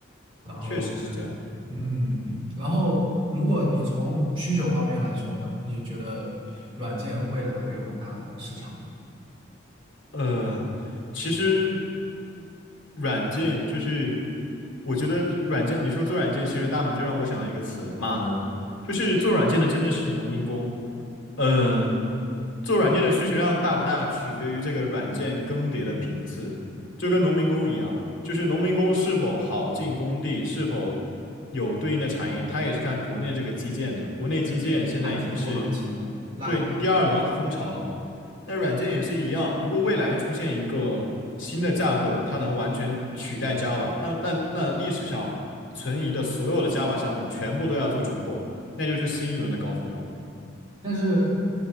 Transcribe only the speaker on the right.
然后可能嗯，
然后如果你从需求方面来说呢，你觉得软件未来会有很大的市场吗？
对，看土木行情嘛，烂烂透。
但是